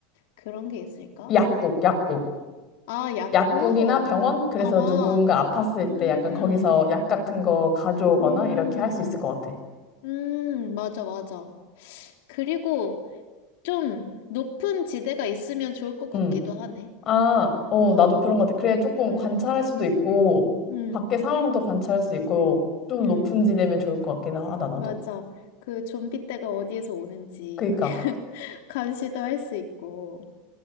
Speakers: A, on the left (about 70°); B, on the left (about 40°).
A: 그런 게 있을까?
B: 약국, 약국.
A: 아, 약국,
B: 약국이나 병원? 그래서
A: 병원.
B: 누군가 아팠을
A: 음,
B: 때 약간 거기서 약 같은 거 가져오거나
A: 음.
B: 이렇게 할 수 있을 것 같아.
A: 음, 맞아, 맞아. 그리고 좀 높은 지대가 있으면 좋을 것 같기도
B: 음.
A: 하네.
B: 아, 어,
A: 어,
B: 나도 그런 것 같아. 그래, 조금
A: 음,
B: 관찰할 수도 있고,
A: 음,
B: 밖에 상황도 관찰할 수 있고, 좀
A: 음,
B: 높은 지대면 좋을 것 같긴 하다, 나도.
A: 맞아. 그 좀비 떼가 어디에서 오는지
B: 그니까,
A: <laughs> 감시도 할 수 있고.